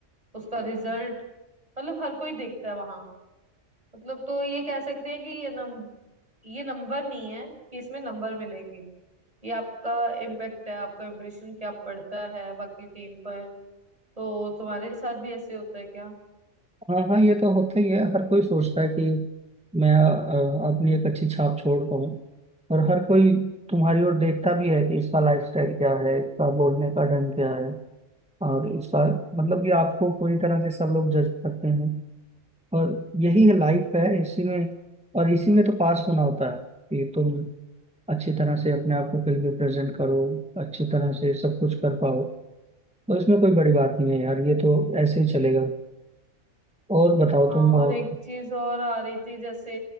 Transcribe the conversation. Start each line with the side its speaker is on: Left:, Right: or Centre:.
Right: उसका रिजल्ट मतलब हर कोई देखता है वहाँ मतलब तो ये कह सकते हैं कि ये नम ये नंबर नहीं है कि इसमें नंबर मिलेंगे ये आपका इम्पैक्ट है आपका इम्प्रेशन क्या पड़ता है बाकी टीम पर तो तुम्हारे साथ भी ऐसे होता है क्या
Centre: हाँ हाँ ये तो होता ही है हर कोई सोचता है कि मैं अ, अपनी एक अच्छी छाप छोड़ पाऊँ और हर कोई तुम्हारी ओर देखता भी है कि इसका लाइफस्टाइल क्या है इसका बोलने का ढंग क्या है और इसका मतलब कि आपको पूरी तरह से सब लोग जज करते हैं और यही है लाइफ है इसी में और इसी में तो पास होना होता है कि तुम अच्छी तरह से अपने आप को फिल्म में प्रेजेंट करो अच्छी तरह से सब कुछ कर पाओ तो इसमें कोई बड़ी बात नहीं है यार ये तो ऐसे ही चलेगा और बताओ
Right: हाँ
Centre: तुम और
Right: और एक चीज और आ रही थी जैसे